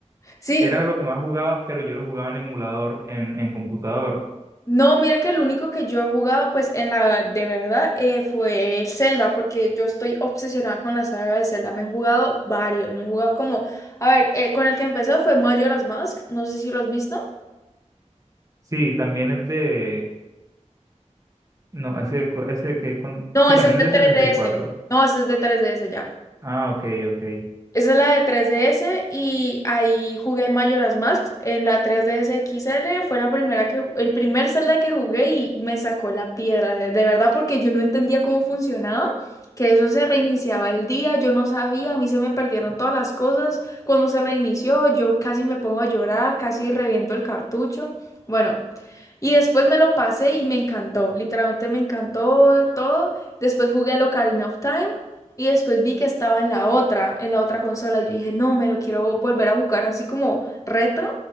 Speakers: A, on the left; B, on the right.
A: Sí,
B: era lo que más jugaba, pero yo lo jugaba en emulador, en, en computador.
A: no, mira que el único que yo he jugado, pues en la de verdad, eh, fue el Zelda, porque yo estoy obsesionada con la saga de Zelda. Me he jugado varios, me he jugado como, a ver, el con el que empecé fue Majora's Mask, no sé si lo has visto.
B: Sí, también es de, no, ese, co- ese que con,
A: No,
B: sí,
A: ese
B: también
A: es de
B: es de
A: 3DS.
B: 64.
A: No, ese es de 3DS ya.
B: Ah, ok, ok.
A: Esa es la de tres D S y ahí jugué Majora's Mask. En la tres D S X XL fue la primera que, ju- el primer Zelda que jugué y me sacó la piedra, de, de verdad, porque yo no entendía cómo funcionaba, que eso se reiniciaba el día, yo no sabía, a mí se me perdieron todas las cosas. Cuando se reinició, yo casi me pongo a llorar, casi reviento el cartucho. Bueno. Y después me lo pasé y me encantó, literalmente me encantó todo. Después jugué el Ocarina of Time y después vi que estaba en la otra, en la otra consola. Y yo dije, no, me lo quiero volver a jugar así como retro.